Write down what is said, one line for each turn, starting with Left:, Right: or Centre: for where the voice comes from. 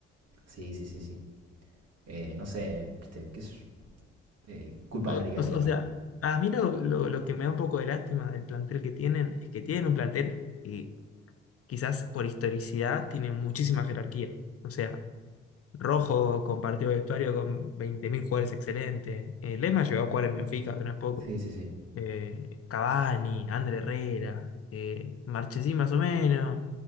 Right: sí, sí, sí. sí. Eh, no sé, viste, qué sé yo. Eh, culpa
Left: O,
Right: de
Left: o-
Right: Riquelme,
Left: o
Right: igual.
Left: sea, a mí lo, lo- lo que me da un poco de lástima del plantel que tienen es que tienen un plantel que quizás por historicidad tiene muchísima jerarquía. O sea, Rojo compartió vestuario con 20.000 jugadores excelentes. Eh, Lema llegó a jugar en Benfica, que no es poco.
Right: Sí, sí, sí.
Left: Eh, Cavani, André Herrera, eh, Marchesín más o menos.